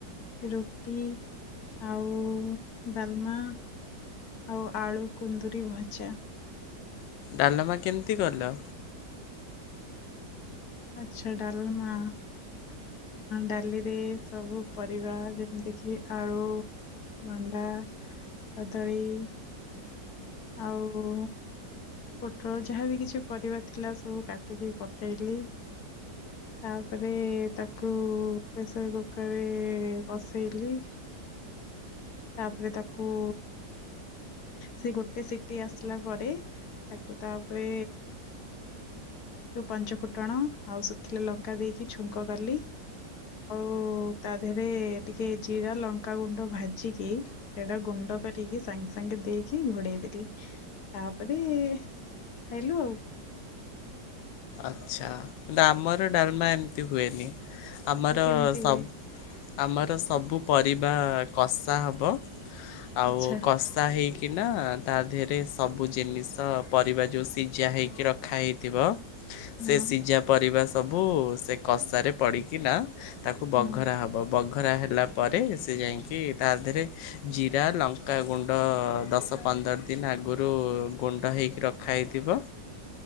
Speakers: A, on the left; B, on the left.
A: ରୁଟି ଆଉ ଡାଲମା ଆଉ ଆଳୁ କୁନ୍ଦୁରି ଭଜା।
B: ଡାଲମା କେମିତି କଲ?
A: ଆଛା ଡାଲମା, ଡାଲିରେ ସବୁ ପରିବା ଯେମିତି କିି ଆଳୁ, ଭଣ୍ଡା, କଦଳୀ ଆଉ ପୋଟଳ ଯାହାବି କିଛି ପରିବା ଥିଲା ସବୁ କାଟିକି ପକେଇଲି, ତାପରେ ତାକୁ ପ୍ରେସର କୁକରରେ ବସେଇଲି, ତାପରେ ତାକୁ ସେ ଗୋଟେ ସିଟି ଆସିଲା ପରେ ତାକୁ ତାପରେ ଯଉ ପଞ୍ଚୁଫୁଟଣ ଆଉ ଶୁଖିଲେ ଲଙ୍କା ଦେଇକି ଛୁଙ୍କ କଲି, ଆଉ ତା ଦେହରେ ଟିକେ ଜିରା ଲଙ୍କା ଗୁଣ୍ଡ ଭାଜିକି ସେଇଟା ଗୁଣ୍ଡ କରିକି ସାଙ୍ଗେ ସାଙ୍ଗ ସାଙ୍ଗେ ଦେଇକି ଘୋଡେଇ ଦେଲି, ତାପରେ ଖାଇଲୁ ଆଉ।
B: ଆଚ୍ଛା କିନ୍ତୁ ଆମର ଡାଲମା ଏମିତି ହୁଏନି। ଆମର
A: ଆଉ କେମିତି
B: ସବ
A: ହୁଏ
B: ଆମର ସବୁ ପରିବା କଷା ହବ। ଆଉ
A: ଆଚ୍ଛା
B: କସା ହେଇକି କିନା ତା ଦେହରେ ସବୁ ଜିନିଷ ପରିବା ଯେଉଁ ସିଝା ହେଇକି ରଖାହେଇଥିବ। ସେ
A: ହଁ
B: ସିଝା ପରିବା ସ ସବୁ ସେ କଷାରେ ପଡ଼ିକି ନା ତାକୁ ବଘରା
A: ହୁଁ
B: ହବ, ବ ଖରା ହେଲା ପରେ ସେ ଯାଇକି ତା ଦେହରେ ଜିରା ଲଙ୍କାଗୁଣ୍ଡ ଦଶ ପନ୍ଦର ଦିନ ଆଗରୁ ଗୁଣ୍ଡ ହେଇକି ରଖା ହେଇଥିବ।